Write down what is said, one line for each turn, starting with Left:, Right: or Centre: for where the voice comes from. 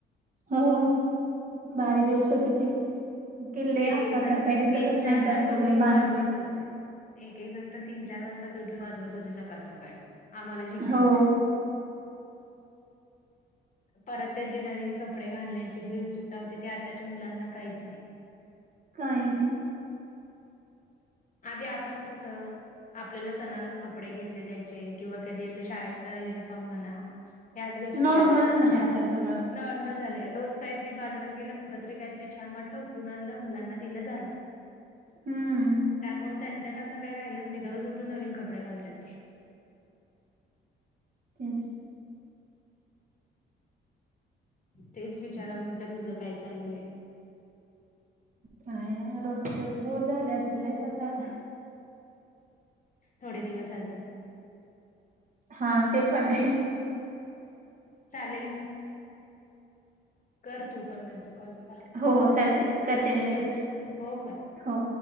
Right: हो भारी दिवस होते ते. किल्ले
Left: एक
Right: आता
Left: एक जण
Right: तर काही दिसतच
Left: तीन चार
Right: नाही जास्त
Left: लाच उठून
Right: कुणी
Left: वाजवत
Right: बांधलेले.
Left: होते. एक एक जण तर तीन चार वाजता उठून वाजवत होते सकाळ सकाळी आम्हाला जिंकायचंय.
Right: हो.
Left: परत ते जे नवीन कपडे घालण्याची जी उत्सुकता होती ते आताच्या मुलांना काहीच नाही. <inaudible>
Right: काही नाही.
Left: आधी आपण कसं आपल्याला सणालाच कपडे घेतले जायचे किंवा कधी असं शाळेचा युनिफॉर्म म्हणा ह्याच गोष्टी
Right: नॉर्मल
Left: आत
Right: झालंय आता सगळं.
Left: नॉर्मल झालंय रोज काहीतरी बाजारात गेलं कुठ तरी काहीतरी छान वाटलं उचलून आणलं मुलांना दिलं झालं. <inaudible>
Right: हम्म,
Left: त्यामुळे त्यांच्यात असं काही राहिलच नाही दररोज उठून नवीन कपडे घालतात ते.
Right: तेच.
Left: तेच विचाराव म्हंटलं तुझं काय चालू हे?
Right: काय नाय रोजचच बोर झाले असे लाईफ आता.
Left: थोडे दिवस अजून.
Right: हा ते पण हय.
Left: चालेल मग चल. कर तू पण नंतर कॉल मला
Right: हो हो चालतय करते मी
Left: कर
Right: लगेच
Left: हो कर.
Right: हो.